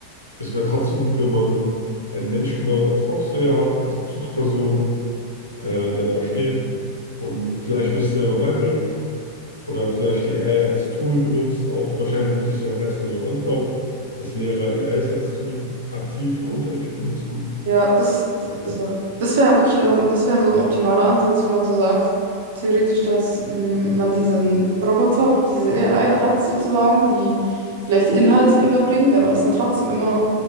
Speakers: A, on the left; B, on the right.
A: es wäre trotzdem gut, wenn man einen Menschen dort als Aufseher hat, als Bezugsperson äh, der da steht und vielleicht nicht selber beibringt oder vielleicht die AI als Tool benutzt. Auch wahrscheinlich wird es ja auch erstmal so anfangen, dass Lehrer AIs als Tool aktiv im Unterricht benutzen.
B: Ja, das, das,
A: Äh,
B: das wäre wirklich, äh, das wäre so ein optimaler Ansatz, wenn man so sagt, theoretisch, dass mm, man diesen Roboter oder diese AI hat sozusagen, die vielleicht die Inhalte überbringt, aber dass dann trotzdem immer noch